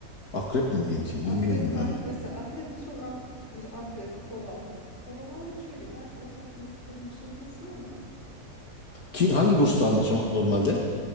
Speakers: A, on the left; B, on the left.
A: Akrep mi diyeyim ki?
B: Akrep
A: Bilmiyorum
B: ha
A: ya.
B: mesela akrep de çok an- mesela akrep, kova. Kovalarla şöyle belki ortak bir noktada buluşabilirsin ama
A: Ki hangi
B: ak-
A: burçla anlaşamam normalde?